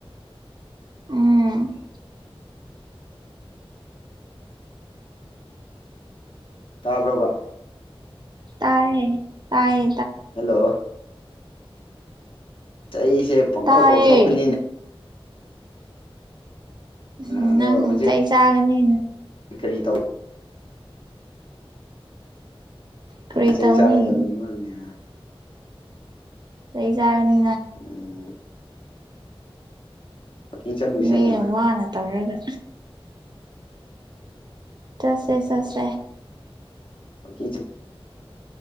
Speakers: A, on the right (about 45°); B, on the left (about 60°).
A: ꯎꯝ
B: ꯇꯥꯕ꯭ꯔꯕ
A: ꯇꯥꯌꯦ ꯇꯌꯦ
B: ꯍꯜꯂꯣ ꯆꯩꯁꯦ ꯄꯪꯉꯧ
A: ꯇꯥꯏꯌꯦ
B: ꯀꯧꯊꯣꯛꯄꯅꯤꯅꯦ
A: ꯎꯝ
B: ꯑꯗꯣ
A: ꯅꯪ
B: ꯍꯧꯖꯤꯛ
A: ꯇꯩ ꯆꯒꯅꯤ
B: ꯀꯔꯤ ꯇꯧ
A: ꯀꯔꯤ
B: ꯆꯩ
A: ꯇꯧꯅꯤ
B: ꯆꯥꯔꯣꯏꯗꯕ ꯃꯤꯃꯛꯅꯦ
A: ꯆꯍꯤꯩ ꯆꯒꯅꯤ
B: ꯎꯝ ꯋꯥꯛꯀꯤꯡ ꯆꯠꯂꯨꯁꯦꯅ
A: ꯃꯤꯅ ꯋꯥꯅ ꯇꯧꯔꯒ ꯆꯁꯦ ꯆꯁꯦ
B: ꯑꯣꯦ